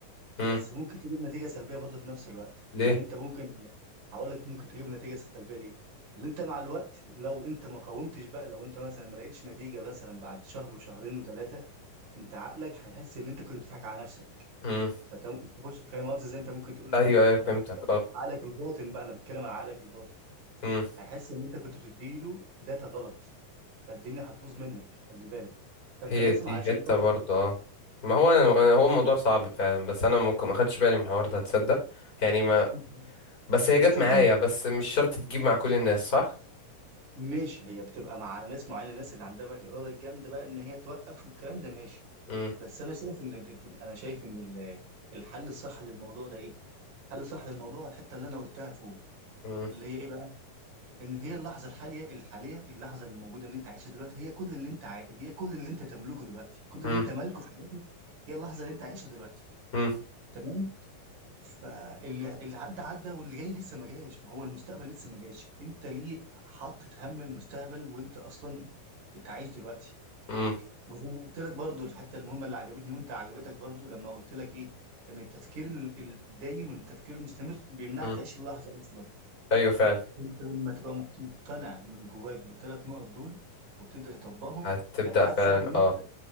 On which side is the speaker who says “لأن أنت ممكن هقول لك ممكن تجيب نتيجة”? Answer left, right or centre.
Right